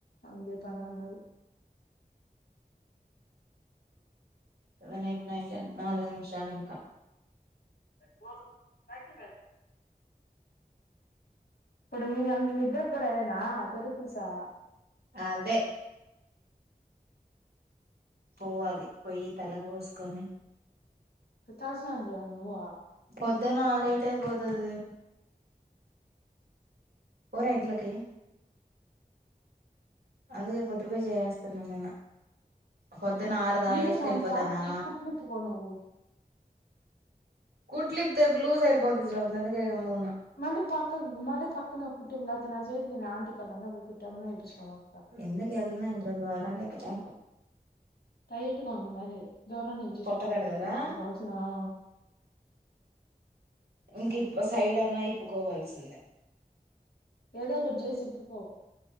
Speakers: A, on the left; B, on the right.
A: అని చెప్పని అన్నది
B: సెవెన్ ఎయిట్ నైన్ టెన్ నాలుగు నిమిషాలు ఇంకా
A: <unintelligible> బ్యాగి ప్యాంట్ ఇప్పుడు మీ అ నిద్రకు కూడా అదేనా తొరు పూసా
B: అదే పోవాలి పోయి తలకు పోసుకొని
A: ఇప్పుడు తల స్నానం చెయ్యాలా నువ్వు
B: పొద్దన లేట్ అయిపోతది పొర ఇంట్లోకి అందుకే పొద్దుపే చేయేస్తున్న నేను పొద్దున ఆరుదా
A: యూనిఫామ్
B: ఎసుకెళ్ళిపోతానా
A: టాప్ కి కుట్లిప్పుకో నువ్వు
B: కూట్లు ఇప్పుతే లూస్ అయిపోతది <unintelligible> అందుకే గమ్మున ఉన్న
A: మళ్లి పక్కకు మళ్లి పక్కనే ఒక కుట్టిం ఎప్ అత న నా చేే ఆంటి కాడన్న పొయ్యి కుట్టు ఏమన్న ఏపిచుకు రావాలే
B: ఎందు కెళ్ళిన ఇంక రొండు వారాలే కదా
A: టైట్గా ఉంది మరి దూరం నుంచి చూస్తే
B: పొట్టగాడు
A: అవుపడుతది
B: కదా
A: అందుకోసం ఆ
B: ఇంకిప్ సైడ్ అన్నా ఇప్పుకోవాల్సిందే
A: ఏదో ఒకటి చేసి ఇప్పుకో